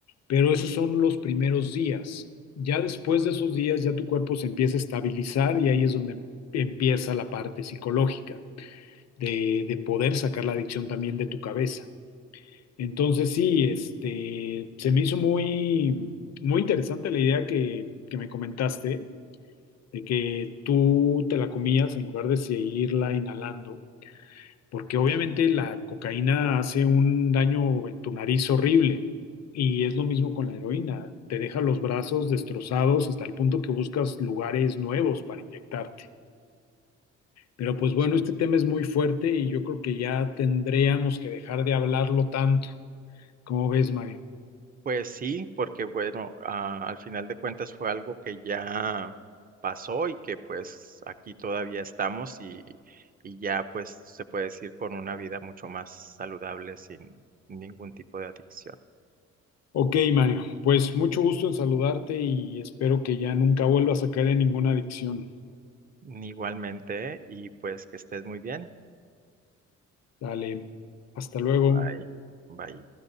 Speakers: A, on the left; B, on the right.
A: Pero esos son los primeros días. Ya después de esos días ya tu cuerpo se empieza a estabilizar y ahí es donde empieza la parte psicológica de, de poder sacar la adicción también de tu cabeza. Entonces sí, este, se me hizo muy, muy interesante la idea que, que me comentaste, de que tú te la comías en lugar de seguirla inhalando, porque obviamente la cocaína hace un daño en tu nariz horrible y es lo mismo con la heroína, te deja los brazos destrozados hasta el punto que buscas lugares nuevos para inyectarte. Pero pues bueno,
B: Sí.
A: este tema es muy fuerte y yo creo que ya tendríamos que dejar de hablarlo tanto. ¿Cómo ves, Mario?
B: Pues sí, porque bueno, ah, al final de cuentas fue algo que ya pasó y que pues aquí todavía estamos y, y ya pues se puede decir con una vida mucho más saludable sin ningún tipo de adicción.
A: Ok, Mario, pues mucho gusto en saludarte y espero que ya nunca vuelvas a caer en ninguna adicción.
B: Igualmente, y pues que estés muy bien.
A: Dale, hasta luego.
B: Bye. Bye.